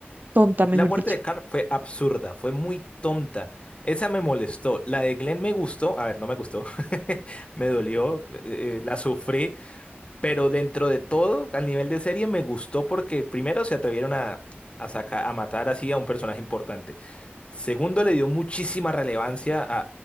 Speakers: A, on the right; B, on the left.
A: tonta, mejor
B: La muerte
A: dicho.
B: de Carl fue absurda, fue muy tonta. Esa me molestó. La de Glenn me gustó. A ver, no me gustó. <laughs> Me dolió, eh, eh, la sufrí. Pero dentro de todo, al nivel de serie, me gustó porque primero se atrevieron a, a saca- a matar así a un personaje importante. Segundo, le dio muchísima relevancia a,